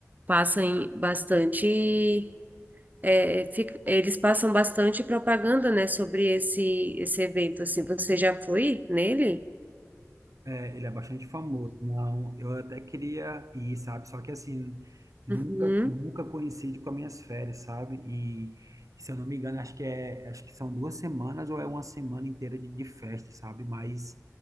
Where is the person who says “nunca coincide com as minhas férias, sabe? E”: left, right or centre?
Right